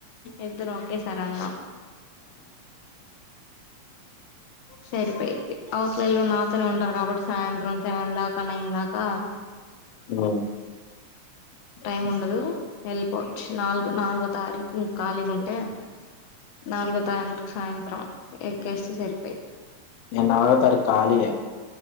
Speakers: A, on the left; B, on the left.
A: ఇద్దరం ఒకేసారి ఎల్దాం సరిపోయిద్ధి అవుతల్లు నాతోనే ఉంటారు కాబట్టి సాయంత్రం సెవెన్ దాకా నైన్ దాకా
B: ఓ
A: టైమ్ ఉండదు యెళ్ళిపోవచ్చు నాలుగు నాలుగో తారీ ఖాళీగుంటే నాలుగో తాయంటు సాయంత్రం ఎక్కేస్తే సరి పెయిట్
B: నేనాలుగో తారీకాలియే